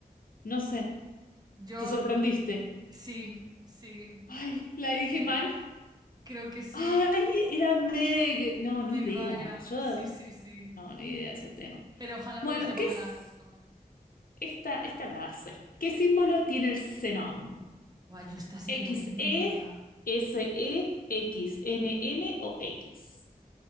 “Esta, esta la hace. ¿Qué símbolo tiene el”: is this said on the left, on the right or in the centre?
Left